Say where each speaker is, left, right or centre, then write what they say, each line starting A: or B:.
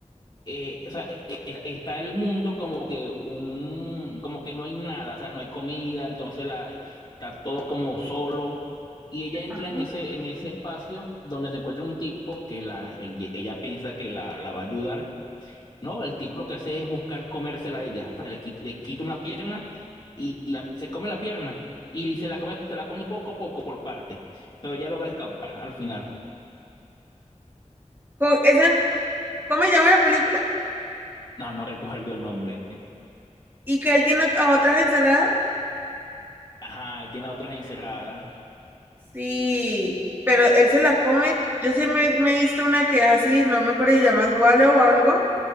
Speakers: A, on the left; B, on the right.
A: eh, o sea, eh, eh, está el mundo como que un, como que no hay nada, o sea, no hay comida, entonces la, está todo como solo. Y ella entra
B: Ajá.
A: en ese, en ese espacio donde se encuentra un tipo que la, el- ella piensa que la, la va a ayudar. No, el tipo lo que hace es buscar comérsela a ella. O sea, le, quit- le quita una pierna y la- se come la pierna. Y se la come, se la come poco a poco por parte. Pero ya logra escapar al final.
B: Co- esa- ¿Cómo se llama la película?
A: No, no recuerdo el nombre.
B: y que él tiene a otras encerradas,
A: Ajá, él tiene a otras encerradas.
B: sí, pero él se las come. Yo sí me, me hice una que es así, no me acuerdo si llamas Wale o algo,